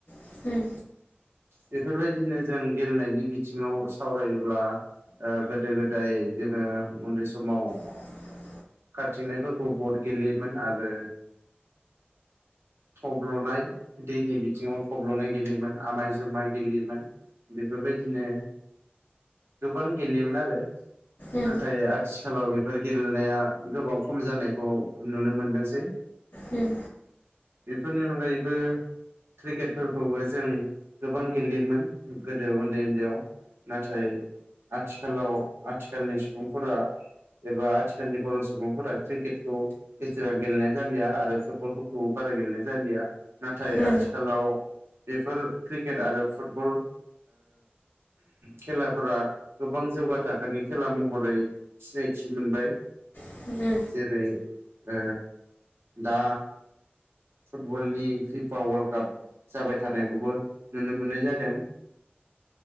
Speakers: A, on the left (about 65°); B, on the right (about 80°).
A: उम
B: बेफोरबायदिनो जों गेलेनायनि बिथिङाव सावरायोब्ला ओ गोदो गोदाय जोङो ओ उन्दै समाव
A: <inaudible>
B: खाथिंनायफोरखौ बट गेलेयोमोन आरो थब्ल'नाय दैनि बिथिंङाव थब्ल'नाय गेलेयोमोन आमाय जुमाय गेलेयोमोन बेफोरबायदिनो गोबां गेलेयोमोन आरो
A: उम
B: नाथाय आथि आथिखालाव बेफोर गेलेनाया गोबां खम जानायखौ नुनो मोनदोंसै
A: उम।
B: बेफोरनि अनगायैबो क्रिकेटफोरखौबो जों गोबां गेलेयोमोन गोदो उन्दै उन्दैआव नाथाय आथिखालाव आथिखालनि सुबुंफोरा एबा आथिखालनि बर' सुबुंफोरा क्रिकेटखौ बेसेबां गेलेनाय जालिया आरो फुटबलफोरखौ बारा गेलेनाय जालिया नाथाय
A: उम
B: आथिखालाव बेफोर क्रिकेट आरो फुटबल खेलाफोरा गोबां जौगा थाखोनि खेला महरै सिनायथि मोनबाय
A: उम
B: जेरै ओ दा फुटबलनि पिपा वल् <unintelligible> जाबाय थानायखौबो नुनो मोननाय जादों